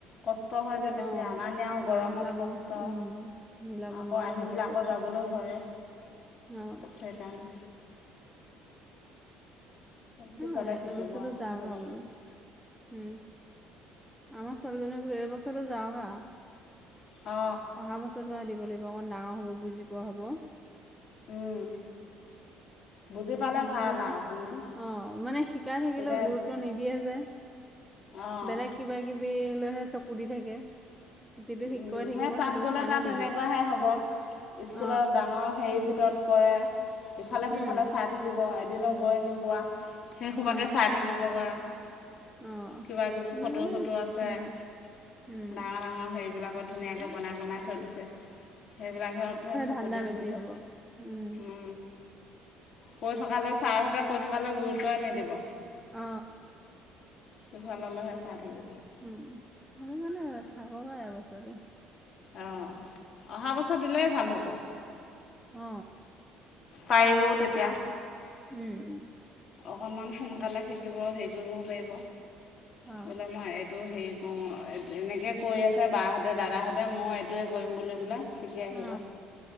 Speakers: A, on the left; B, in the centre.
A: কষ্ট হয় যে
B: অ
A: বেছি আনা নিয়াওঁ
B: অ
A: গৰমত
B: মিলাব
A: কষ্ট
B: উম মিলাব
A: আকৌ
B: নোৱাৰা
A: আহি
B: হৈ
A: পেলাই
B: যায় গোটাই
A: আকৌ যাবলৈ হয়।
B: অ।
A: সেইকাৰণে পিছতে
B: নহয়,
A: শিকিব
B: এবছৰটো
A: আৰু
B: যাও
A: বেলেগত
B: যা বোলো হুম। আমাৰ ছোৱালীজনী বুলে এবছৰো যাওগা।
A: অ।
B: অহা বছৰ পৰা দিব লাগিব অকণ ডাঙৰ হ'ব, বুজি পোৱা হ'ব।
A: উম। বুজি পালে
B: নহলে
A: ভাল লা
B: মানে
A: অকণমান।
B: অ মানে শিকাই থাকিলেও
A: তেতিয়া
B: গুৰুত্ব নিদিয়ে যে
A: অঁ
B: বেলেগ কিবা কিবি লৈহে চকু দি থাকে। যিটো
A: হুম
B: শিকাই থাকিব
A: সেই তাত
B: সেইটো
A: গ'লে
B: কাণেই
A: তাত তেনেকুৱাহে
B: নিদিয়ে
A: হ'ব, ইচ স্কুলৰ
B: অ
A: ডাঙৰ হেৰিৰ ভিতৰত কৰে, ইফালে
B: উম
A: -সিফালে চাই থাকিব, এদিনো গৈ নোপোৱা। সেই সোবাকেই
B: অ
A: চাই থাকিব পৰা।
B: অ
A: কিবা কিবি
B: সেইটো
A: ফটো
B: কাৰণে
A: - চটো আছে,
B: উম উম
A: ডাঙৰ - ডাঙৰ হেৰি বিলাকত ধুনীয়াকৈ
B: অ
A: বনাই বনাই থৈ দিছে সেইবিলাকতহে চকু
B: ধান্দা
A: দি
B: বেছি
A: ফুৰিব।
B: হ'ব উম।
A: উম, কৈ থকালৈ ছাৰহতে কৈ থকালৈ গুৰুত্বই নিদিব।
B: অ।
A: সিফাল ল'লেহে চাই থাকিব।
B: উম, সেইটো কাৰনে থাকো পাই এবছৰটো।
A: অঁ, অহা বছৰ দিলেই ভাল হ'ব।
B: অ।
A: পাৰিবও তেতিয়া।
B: উম উম।
A: অকণমান সোনকালে শিকিব হেৰি কৰিবও পাৰিব,
B: অ
A: বোলে মই এইটো হেৰিত অঁ এনেকে কৈ আছে বাহঁতে দাদাহঁতে মই এইটোৱে কৰিম বুলি পেলাই শিকি আহিব
B: অ